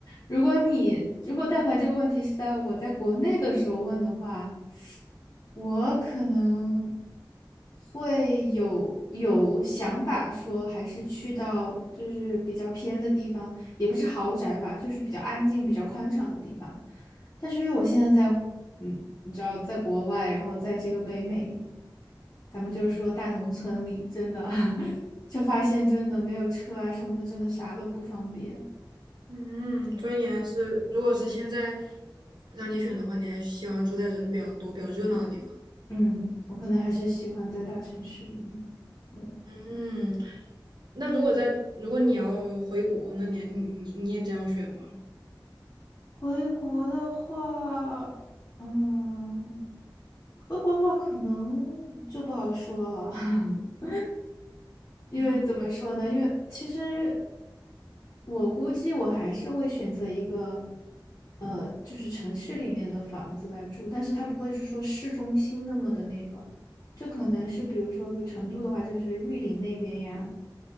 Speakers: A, on the left (about 40°); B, on the right (about 60°).
A: 如果你如果但凡这个问题是在我在国内的时候问的话，我可能会有有想法说，还是去到就是比较偏的地方，也不是豪宅吧，就是比较安静、比较宽敞的地方。但是因为我现在在，嗯，你知道，在国外，然后在这个北美。咱们就是说大农村里真的 <laughs> 就发现真的没有车啊什么的，真的啥都不方便。
B: 嗯，所以你还是，如果是现在让你选的话，你还是希望住在人比较多、比较热闹的地方。
A: 嗯，我可能还是喜欢在大城市里面。嗯，
B: 嗯。那如果在如果你要回国，那你你你你也这样选吗？
A: 回国的话，嗯，回国的话可能就不好说了。<laughs> 因为怎么说呢？
B: 嗯
A: 因为其实我估计我还是会选择一个，呃，就是城市里面的房子来住，但是它不会是说市中心那么的那个，就可能是比如说，如成都的话，就是玉林那边呀，